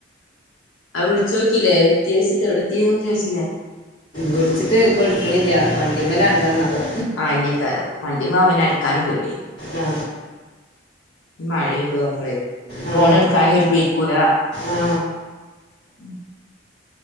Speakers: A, on the left; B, on the left.
A: അപ് വിളിച്ചോകിലേ എത്യോയ്ച്ചിട്ട് എവിടെത്തീന്നൊന്നും ചോയ്ച്ചിലേ?
B: വിള്ച്ചിട്ട് ഇപ്പം ഇട്ക്ണില്ല്യ വണ്ടിമ്മെലാ എന്താന്നാവോ
A: അഹെന്നെക്കാരം വണ്ടിമ്മാവുമ്പോ പിന്നടിക്കാനും പേടിയാ
B: ആ
A: ഈ മഴേതു ആവുമ്പളെ
B: ആ
A: ഫോണ് ട്ക്കാനും ഓര്ക്ക് വെയ്ക്കൂല
B: ആ
A: ഉ